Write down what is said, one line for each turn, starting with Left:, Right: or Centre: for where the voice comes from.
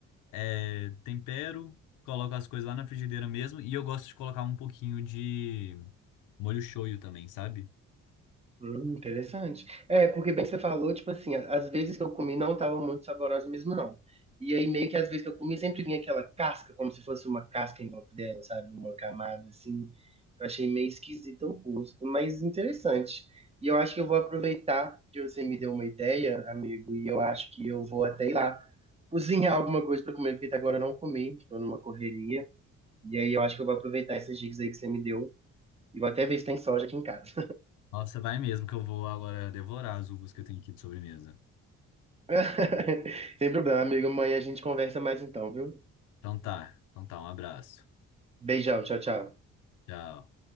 Left: É, tempero, coloco as coisas lá na frigideira mesmo. E eu gosto de colocar um pouquinho de molho shoyu também, sabe?
Right: Hum, interessante. É, porque bem que você falou, tipo assim, a- as vezes que eu comi não estavam muito saborosas mesmo, não. E aí, meio que as vezes que eu comi, sempre vinha aquela casca, como se fosse uma casca em volta dela, sabe? Uma camada, assim. Eu achei meio esquisito o gosto, mas interessante. E eu acho que eu vou aproveitar que você me deu uma ideia, amigo, e eu acho que eu vou até ir lá cozinhar alguma coisa pra comer, porque até agora eu não comi, tô numa correria. E aí, eu acho que eu vou aproveitar essas dicas aí que você me deu. E vou até ver se tem soja aqui em casa.
Left: Nossa, vai mesmo que eu vou agora devorar as uvas que eu tenho aqui de sobremesa.
Right: <laughs> Sem problema, amigo. Amanhã a gente conversa mais então, viu?
Left: Então tá, então tá, um abraço.
Right: Beijão, tchau, tchau.
Left: Tchau.